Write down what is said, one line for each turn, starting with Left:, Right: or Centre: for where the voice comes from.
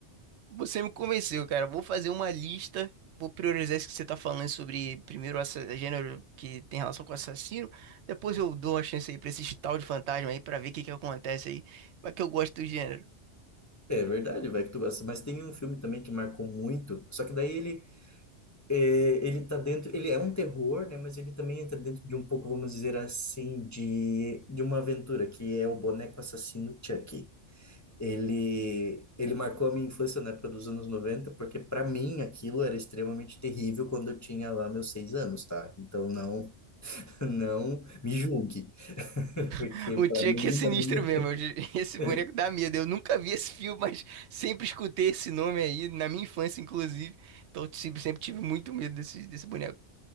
Right: Você me convenceu, cara. Vou fazer uma lista, vou priorizar isso que você tá falando sobre primeiro o assa- gênero que tem relação com assassino. Depois eu dou uma chance aí pra esse tal de fantasma aí, pra ver o que que acontece aí. Mas que eu gosto do gênero.
Left: É verdade, vai que tu gosta. Mas tem um filme também que marcou muito, só que daí ele é, ele tá dentro, ele é um terror, né? Mas ele também entra dentro de um pouco, vamos dizer assim, de de uma aventura que é o Boneco Assassino Chuck. Ele, ele marcou a minha infância na época dos anos 90 porque para mim aquilo era extremamente terrível quando eu tinha lá meus seis anos, tá? Então não, <laughs> não me julgue, <laughs> porque
Right: <laughs> O
Left: para
Right: Chuck
Left: mim,
Right: é sinistro
Left: na minha,
Right: mesmo.
Left: <laughs>
Right: eu- <laughs> esse boneco dá medo. Eu nunca vi esse filme, mas sempre escutei esse nome aí, na minha infância, inclusive. Então, eu sempre sempre tive muito medo desse, desse boneco.